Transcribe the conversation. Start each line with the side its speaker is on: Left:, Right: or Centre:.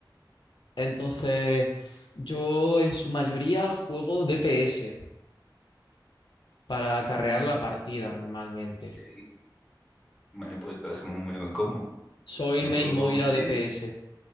Left: Entonces, yo en su mayoría juego DPS para acarrear la partida normalmente.
Centre: Ok. Vale, pues entonces somos muy buen combo.
Left: Soy
Centre: Yo
Left: Main
Centre: juego
Left: Moira
Centre: Baptiste.
Left: DPS.